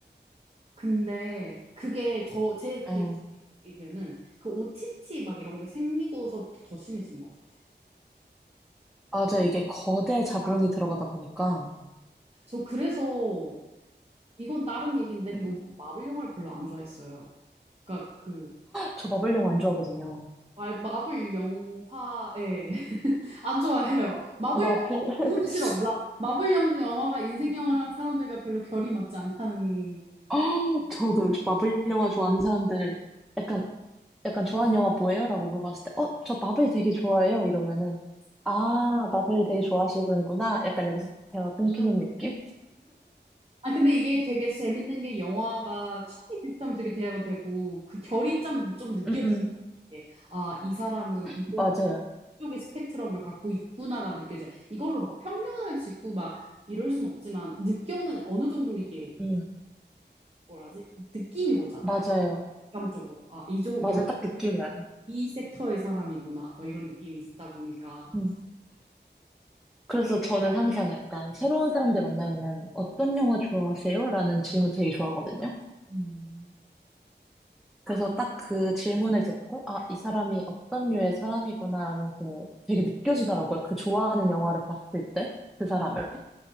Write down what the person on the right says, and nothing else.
근데 그게 저, 제 개인적인
의견은 그 OTT 막 이런 게 생기고서부터 더 심해진 것 같아.
저 그래서 이건 다른 얘기인데
또 마블 영화를 별로 안 좋아했어요. 그러니까 그
마- 마블 영화에 <laughs> 안 좋아해요. 마블
영화 그것도 싫어.
마, 마블 영, 영화가 인생 영화라는 사람들과 별로 결이 맞지 않다는
아, 근데 이게 되게 재밌는 게 영화가 취이 비슷하면 되게 대화가 되고, 그 결이 좀, 좀 느껴지요
게, 아, 이 사람은 이쪽,
이쪽의 스펙트럼을 갖고 있구나가 느껴져요. 이걸로 막 편견을 짓고 막 이럴 순 없지만, 느껴는 어느 정도 이게,
뭐라지? 느낌이 오잖아요.
감적으로. 아, 이쪽
여,
이 섹터의 사람이구나. 뭐 이런 느낌이 있다 보니까.
음.